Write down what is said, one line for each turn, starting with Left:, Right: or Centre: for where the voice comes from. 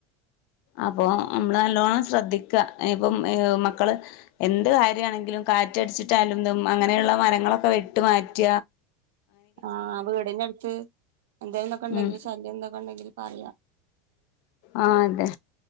Left: അപ്പോ നമ്മള് നല്ലോണം ശ്രദ്ധിക്ക ഇപ്പം ഈഹ് മക്കള് എന്ത് കാര്യാണെങ്കിലും കാറ്റടിച്ചിട്ട് യാലും തും അങ്ങനെയുള്ള മരങ്ങളൊക്കെ വെട്ടി മാറ്റ
Right: ആഹ് വീടിന്റെടുത്ത് എന്തേലൊക്കെ ഒണ്ടെങ്കിൽ
Left: ഉം
Right: ശല്യം എന്തൊക്കെ ഒണ്ടെങ്കിൽ പറക.
Left: ആഹ് അതെ